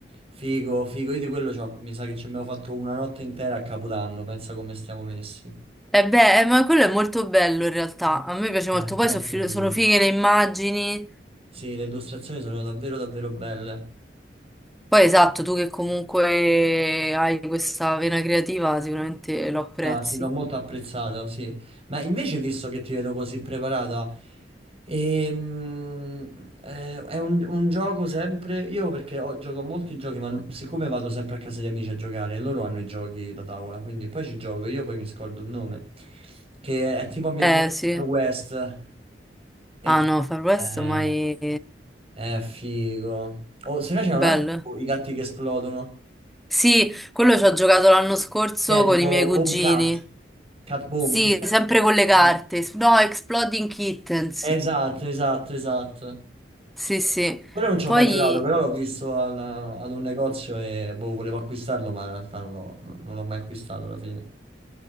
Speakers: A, on the right; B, in the centre.
A: Figo, figo, io di quello c'ho- mi sa che ci abbiamo fatto una notte intera a Capodanno, pensa come stiamo messi.
B: E beh, eh, ma quello è molto bello in realtà, a me piace
A: Eh,
B: molto, poi
A: molto
B: so fi-
A: carino.
B: sono fighe le immagini,
A: Sì, le illustrazioni sono davvero davvero belle.
B: poi esatto, tu che comunque hai questa vena creativa sicuramente lo apprezzi.
A: No, sì, l'ho molto apprezzata, sì. Ma invece, visto che ti vedo così preparata, ehm, eh, è un, un gioco sempre... Io perché ho, gioco a molti giochi, ma non- siccome vado sempre a casa di amici a giocare, e loro hanno i giochi da tavola, quindi poi ci gioco, io poi mi scordo il nome, che è tipo ambientato
B: Eh sì,
A: nel Far West.
B: ah
A: E tu-
B: no, Far West
A: eh,
B: mai
A: è figo. Oh, se no c'è un
B: bello.
A: altro, tipo, i gatti che esplodono,
B: Sì, quello ci ho giocato l'anno scorso
A: che è tipo
B: con i miei cugini.
A: Boom Cat, Cat Boom,
B: Sì,
A: che cazzo-
B: sempre con le carte.
A: no.
B: No, Exploding Kittens.
A: Esatto, esatto, esatto.
B: Sì, sì.
A: Quello non ci
B: Poi
A: ho mai giocato, però l'ho visto al- ad un negozio e boh, volevo acquistarlo, ma in realtà non l'ho non l'ho mai acquistato alla fine.